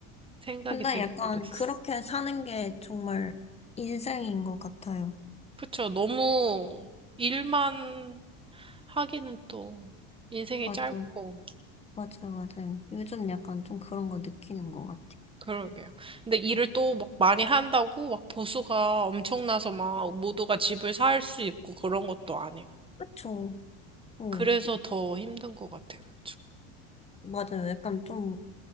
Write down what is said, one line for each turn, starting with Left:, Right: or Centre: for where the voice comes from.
Right: 생각이
Left: 근데
Right: 들
Left: 약간
Right: 때도 있어.
Left: 그렇게 사는 게 정말 인생인 것 같아요.
Right: 그쵸. 너무 일만 하기는 또 인생이
Left: 맞아요.
Right: 짧고,
Left: 맞아요. 맞아요. 요즘 약간 좀 그런 거 느끼는 것 같아요.
Right: 그러게요. 근데 일을 또 막 많이 한다고 막 보수가 엄청나서 막 모두가 집을 살 수 있고 그런 것도 아니고
Left: 그쵸. 어,
Right: 그래서 더 힘든 것 같아요, 요즘.
Left: 맞아요. 약간 좀,